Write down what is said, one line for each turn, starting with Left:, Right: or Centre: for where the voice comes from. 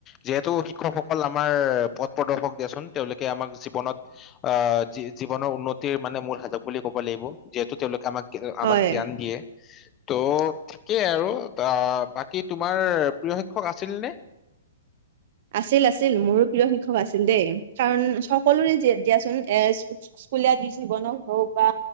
Left: যিহেতু শিক্ষকসকল আমাৰ পথ প্ৰদৰ্শক দিয়াচোন তেওঁলোকে আমাক জীৱনত আহি জীৱনৰ উন্নতিৰ মানে মূল সাজু বুলি ক'ব লাগিব যিহেতু তেওঁলোকে আমাক আমাক
Right: হয়
Left: জ্ঞান দিয়ে ত' ঠিকেই আৰু বাকী তোমাৰ প্ৰিয় শিক্ষক আছিল নে
Right: আছিল আছিল মোৰো প্ৰিয় শিক্ষক আছিল দেই কাৰণ সকলোৰে দিয়াচোন এ স্কুলীয়া জীৱনত হওক বা